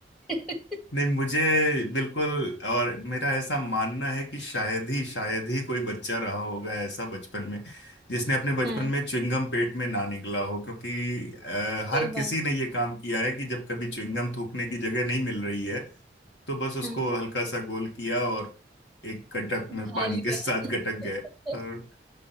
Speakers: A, in the centre; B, on the left (about 85°).
A: <laughs>
B: मुझे बिल्कुल और मेरा ऐसा मानना है कि शायद ही शायद ही कोई बच्चा रहा होगा ऐसा बचपन में जिसने अपने बचपन
A: हाँ
B: में च्युइंगम पेट में ना निगला हो क्योंकि अ, हर
A: सही
B: किसी
A: बात
B: ने ये काम किया है कि जब कभी च्युइंगम थूकने की जगह नहीं मिल रही है तो बस उसको
A: हाँ
B: हल्का सा गोल किया और एक गटक में
A: खा
B: पानी
A: लिया
B: के साथ
A: <laughs>
B: <laughs> गटक गए पर